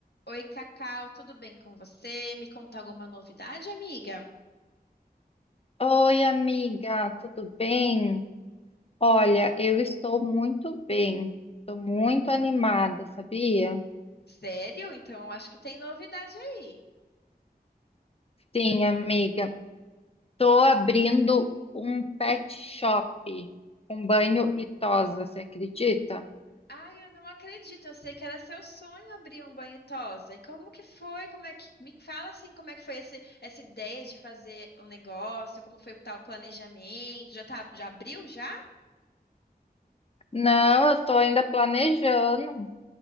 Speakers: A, on the left; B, on the left.
A: Oi, Cacau, tudo bem com você? Me conta alguma novidade, amiga?
B: Oi, amiga, tudo bem? Olha, eu estou muito bem, estou muito animada, sabia?
A: Sério? Então acho que tem novidade aí.
B: Sim, amiga, estou abrindo um pet shop com banho e tosa, você acredita?
A: Ai, eu não acredito. Eu sei que era seu sonho abrir um banho e tosa. E como que foi? Como é que me fala assim, como é que foi esse- essa ideia de fazer um negócio? Como foi tá, o planejamento? Já tá, já abriu já?
B: Não, eu estou ainda planejando.